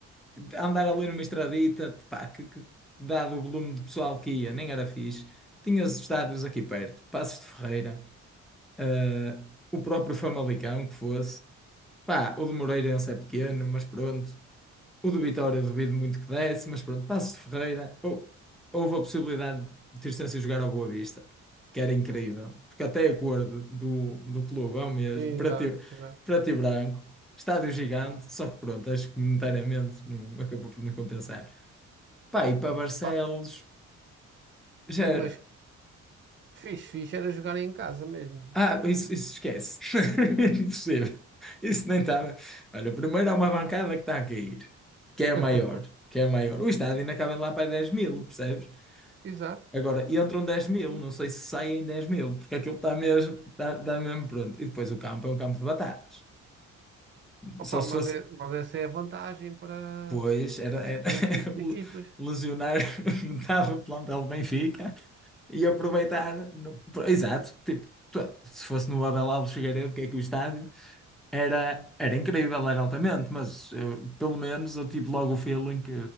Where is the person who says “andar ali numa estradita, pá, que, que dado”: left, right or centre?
Centre